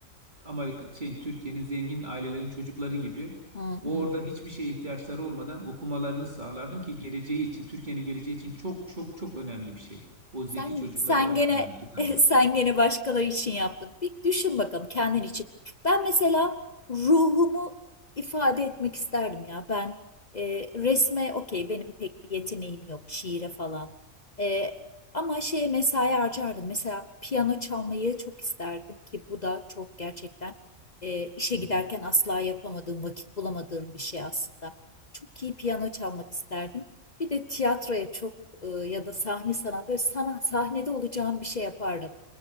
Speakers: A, on the right; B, on the left.
A: e, Amerika şeyin Türkiye'nin zengin ailelerin çocukları gibi
B: Hı hı.
A: Orada hiçbir şeye ihtiyaçları olmadan okumalarını sağlardım ki geleceği için, Türkiye'nin geleceği için çok çok çok önemli bir şey. O zeki
B: Sen
A: çocukları
B: sen
A: ön
B: gene
A: plana çıkarmak.
B: <laughs> sen gene başkaları için yaptın. Bir düşün bakalım kendin için. Ben mesela ruhumu ifade etmek isterdim ya. Ben e, resme okey benim pek bir yeteneğim yok şiire falan. E, ama şeye mesai harcardım. Mesela piyano çalmayı çok isterdim ki bu da çok gerçekten e, işe
A: Hı
B: giderken
A: hı.
B: asla yapamadığım, vakit bulamadığım bir şey aslında. Çok iyi piyano çalmak isterdim. Bir de tiyatroya çok e, ya da sahne sanat böyle sana, sahnede olacağım bir şey yapardım.